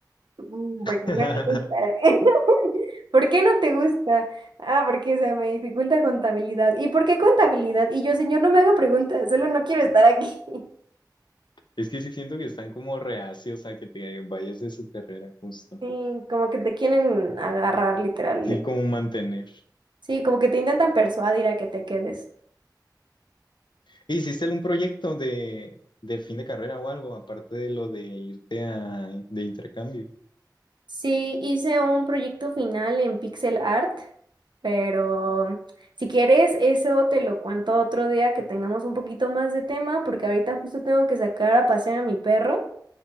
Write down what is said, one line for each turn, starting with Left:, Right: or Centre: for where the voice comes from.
Right: Mm, Porque
Left: <laughs>
Right: no me gusta. <laughs> ¿Por qué no te gusta? Ah, porque se me dificulta contabilidad. ¿Y por qué contabilidad? Y yo, señor, no me haga preguntas, solo no quiero estar aquí. <laughs>
Left: Es que sí siento que están como reacios a que te vayas de su carrera, justo.
Right: Sí, como que te quieren agarrar, literal.
Left: Sí, como mantener.
Right: Sí, como que te intentan persuadir a que te quedes.
Left: ¿Hiciste algún proyecto de, de fin de carrera o algo, aparte de lo de irte a, de intercambio?
Right: Sí, hice un proyecto final en pixel art, pero si quieres, eso te lo cuento otro día que tengamos un poquito más de tema, porque ahorita justo tengo que sacar a pasear a mi perro.